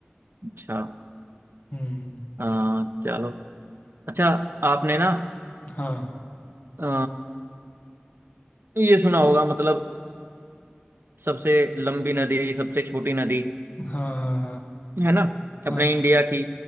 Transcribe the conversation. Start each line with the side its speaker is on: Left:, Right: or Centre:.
Right: अच्छा
Left: हम्म
Right: अ, चलो अच्छा आपने ना
Left: हाँ
Right: अ, ये सुना होगा मतलब सबसे लंबी नदी सबसे छोटी नदी
Left: हाँ हाँ हाँ
Right: है ना अपने
Left: हाँ
Right: इंडिया की